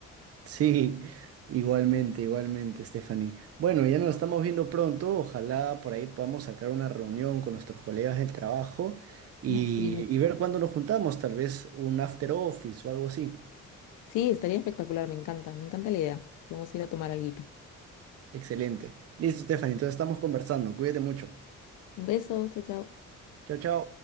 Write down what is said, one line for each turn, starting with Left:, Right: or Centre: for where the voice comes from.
Right: Sí, igualmente, igualmente, Stephanie. Bueno, ya nos estamos viendo pronto. Ojalá por ahí podamos sacar una reunión con nuestros colegas del trabajo y,
Left: Ay, sí,
Right: y ver cuándo nos juntamos, tal vez un after office o algo así.
Left: sí, estaría espectacular, me encanta, me encanta la idea. Podemos ir a tomar alguito.
Right: Excelente. Listo, Stephanie, entonces estamos conversando. Cuídate mucho.
Left: Un beso, chao, chao.
Right: Chao, chao.